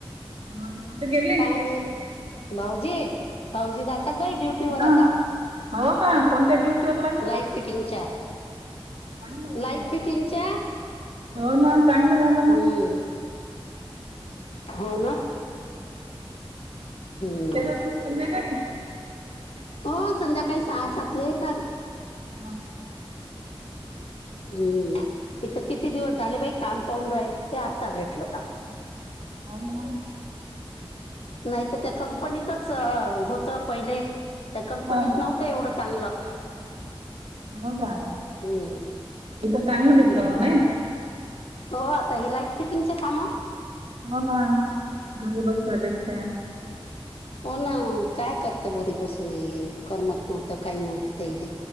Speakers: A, on the right; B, on the left.
A: मज ते गेले.
B: काय नाही भाऊजी भाऊजी जात बाई ड्युटीवर
A: हा
B: आता
A: हो का कोणत्या ड्युटीवर लागले
B: लाईट
A: बाबा.
B: फिटिंगच्या
A: चांगलं झालं
B: लाईट
A: मग.
B: फिटिंगच्या
A: हो ना चांगलं झालं ना,
B: हम्म हो ना हम्म
A: कधी येतात मग संध्याकाळी.
B: हो संध्याकाळी सहाासातले तर.
A: हम.
B: हम्म इथं किती दिवस झाले बाई काम पाहून राहिल ते आत्ता भेटलं काम.
A: ह ना.
B: नाही तर त्या कंपनीतच होत पहिले. त्या कंपनीत
A: हा
B: नव्हतं एवढं चांगलं.
A: हो का
B: हम्म
A: इथं चांगलं भेटलं
B: हम्म
A: मना.
B: हो आता हे लाईट फिटिंगचे काम
A: हो ना घरी बसल्यापेक्षा‌.
B: हो ना काय करत घरी बसून करमत नव्हतं काही नव्हतं त्याले.